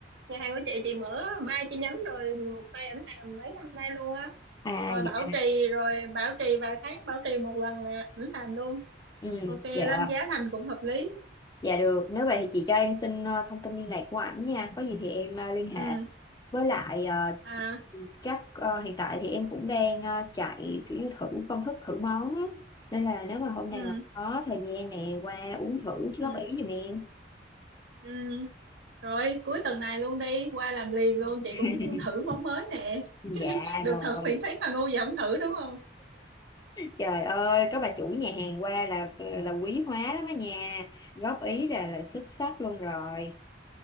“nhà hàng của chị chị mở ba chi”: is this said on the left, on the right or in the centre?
Right